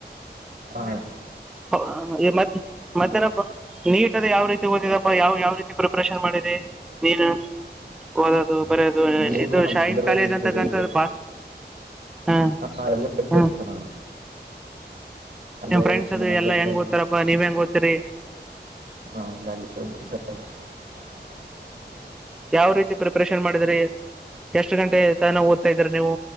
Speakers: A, on the right; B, in the centre.
A: ಹಾ.
B: ಹ ಮತ್ತ ಮತ್ತನ ನೀಟ್ ಅದ ಯಾವ ರೀತಿ ಓದಿದಪ್ಪ ಯಾವ ಯಾವ ರೀತಿ ಪ್ರಿಪರೇಷನ್ ಮಾಡಿದೆ ನೀನು ಓದೋದು ಬರ.
A: ನೀಟ್
B: ಇದು
A: ನಾವು
B: ಶೈನ್
A: ಬಿದರ್ದಾಗ
B: ಕಾಲೇಜ್
A: ಇರ್ತೀರಿ
B: ಅಂತಕ್ಕ ಬಾ ಹ
A: ಹಾಂ ಅಲ್ಲೇ ಇದ್ದೀರಿ
B: ಹ.
A: ಸರ್ ನಾನು ಅಲ್ಲೇ
B: ನಿಮ ಫ್ರೆಂಡ್
A: ಹೋದೆ ಅಲ್ಲಿ
B: ಅದು
A: ಮಂಡ್ಯದಲ್ಲಿ
B: ಎಲ್ಲ ಹೆಂಗ ಓ್ತಾರಾ ನೀವ ಹೆಂಗ ಓತ್ತ. ತೇ. <unintelligible>
A: ಹಾಲ್ಲ ಅಲ್ಲಿ ಸ <unintelligible>
B: ಯಾವ ರೀತಿ ಪ್ರಿಪರೇಷನ್ ಮಾಡ ದ್ರಿ ಎಷ್ಟು ಗಂಟೆ ತಾನ ಓದ್ತಾ ಇದ್ರ ನೀವು